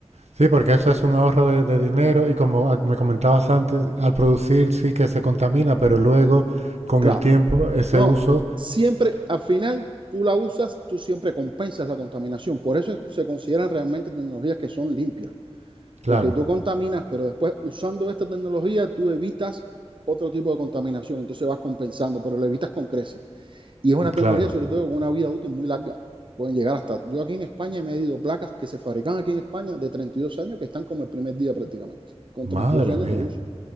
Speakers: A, on the right; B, on the right.
A: Sí, porque eso es un ahorro de, de dinero y como ah, me comentabas antes, al producir sí que se contamina, pero luego con
B: Claro,
A: el tiempo ese
B: No,
A: uso
B: siempre, al final, tú la usas, tú siempre compensas la contaminación. Por eso se consideran realmente tecnologías que son limpias,
A: Claro,
B: porque tú contaminas, pero después usando esta tecnología, tú evitas otro tipo de contaminación, entonces vas compensando, pero lo evitas con creces. Y es una
A: y claro.
B: tecnología, sobre todo, con una vida útil muy larga. Pueden llegar hasta... Yo aquí en España he medido placas que se fabrican aquí en España de 32 años, que están como el primer día prácticamente, con
A: Madre
B: 32 años
A: mía,
B: de uso.